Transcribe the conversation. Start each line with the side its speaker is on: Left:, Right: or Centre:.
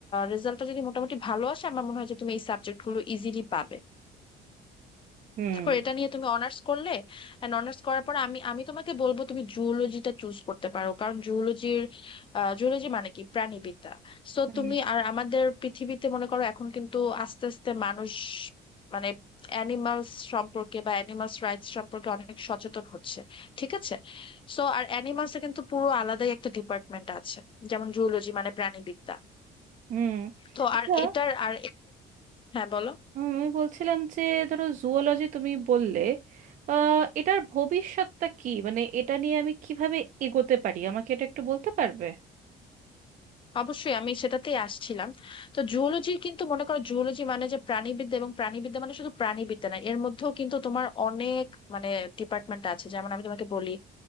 Left: রেজাল্টটা যদি মোটামুটি ভালো আসে আমার মনে হয় যে তুমি এই সাবজেক্ট গুলো ইজিলি পাবে
Right: হুম
Left: তারপর এটা নিয়ে তুমি অনার্স করলে এন্ড অনার্স করার পর আমি আমি তোমাকে বলবো তুমি জুওলজিটা চুজ করতে পারো কারণ জুওলজির জুওলজি মানে কি প্রাণীবিদ্যা সো
Right: হুম
Left: তুমি আর আমাদের পৃথিবীতে মনে করো এখন কিন্তু আস্তে আস্তে মানুষ মানে অ্যানিমালস সম্পর্কে বা অ্যানিমালস রাইটস সম্পর্কে অনেক সচেতন হচ্ছে ঠিক আছে সো আর অ্যানিমালস এর কিন্তু পুরো আলাদাই একটা ডিপার্টমেন্ট আছে যেমন জুওলজি মানে প্রাণীবিদ্যা
Right: হুম
Left: তো
Right: আচ্ছা
Left: আর এটার আর এ- হ্যাঁ বলো
Right: উম, আমি বলছিলাম যে ধরো জুওলজি তুমি বললে আহ, এটার ভবিষ্যৎটা কি মানে এটা নিয়ে আমি কিভাবে এগোতে পারি আমাকে এটা একটু বলতে পারবে
Left: অবশ্যই আমি সেটাতেই আসছিলাম তো জুওলজির কিন্তু মনে করো জুওলজি মানে যে প্রাণীবিদ্যা এবং প্রাণীবিদ্যা মানে শুধু প্রাণীবিদ্যা না এর মধ্যেও কিন্তু তোমার অনেক মানে ডিপার্টমেন্ট আছে যেমন আমি তোমাকে বলি